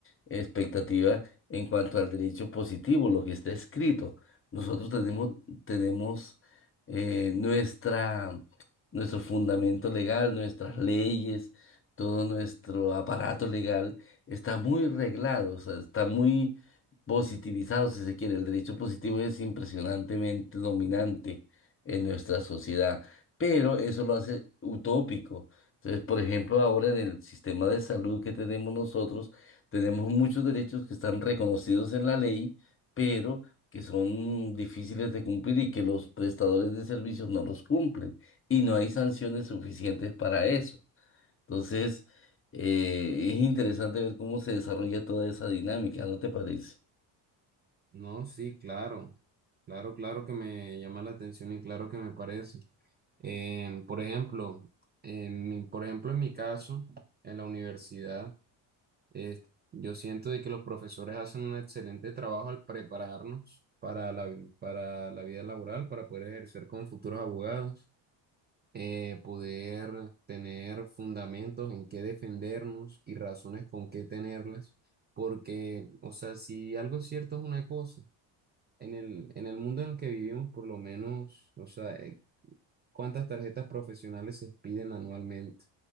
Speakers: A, on the left; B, on the right.
A: expectativa en cuanto al derecho positivo, lo que está escrito. Nosotros tenemos, tenemos eh, nuestra, nuestro fundamento legal, nuestras leyes, todo nuestro aparato legal está muy reglado, o sea, está muy positivizado, si se quiere. El derecho positivo es impresionantemente dominante en nuestra sociedad, pero eso lo hace utópico. Entonces, por ejemplo, ahora en el sistema de salud que tenemos nosotros, tenemos muchos derechos que están reconocidos en la ley, pero que son difíciles de cumplir y que los prestadores de servicios no los cumplen y no hay sanciones suficientes para eso. Entonces, eh, es interesante ver cómo se desarrolla toda esa dinámica, ¿no te parece?
B: No, sí, claro, claro, claro que me llama la atención y claro que me parece. Em, por ejemplo, en mi- por ejemplo, en mi caso, en la universidad, eh, yo siento de que los profesores hacen un excelente trabajo al prepararnos para la, vi- para la vida laboral, para poder ejercer como futuros abogados, eh, poder tener fundamentos en qué defendernos y razones con qué tenerlas, porque, o sea, si algo es cierto es una cosa. En el, en el mundo en el que vivimos, por lo menos, o sea, eh, ¿Cuántas tarjetas profesionales se expiden anualmente?